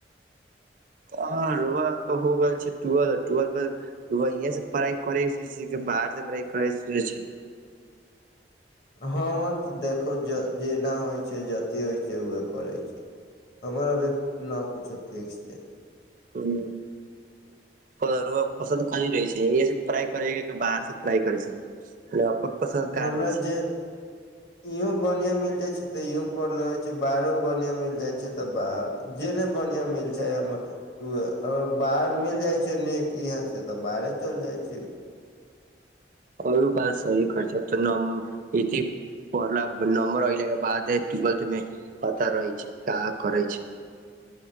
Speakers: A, on the right (about 45°); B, on the left (about 60°).
A: ह र‌उआ के हो गेल छै टूएल्थ मे उहो यही से पढ़ाइ करै के सोचै छै बाहर से पढ़ाइ करै सोचै छै
B: हँ तऽ देखो जे जेना होइ छै ज अथी होइत छै उह करै छै हमर अभी न कुछो फिक्स छै
A: हूँ पस कनी रहै छै फ्राय करै बाहर से फ्रााय करै छै नहि अपन पसन्द
B: हमरा
A: का रहै छै
B: जे इहो बढ़िया मिल जाये छैे ते इहो पढ़लेे छैे बाहरों बढ़िया मिल जाय छै ते बाहर जे ने बढ़िया मिल छै उसे अ बाहर मिल जाइ छै नीक इहाँ से तऽ बाहरे चल जाइ छै
A: अर बात सही कर छै तनम इजी पढ़ला नम्बर अइले के बाद टुऐलथ मे पता रहै छै का करै छै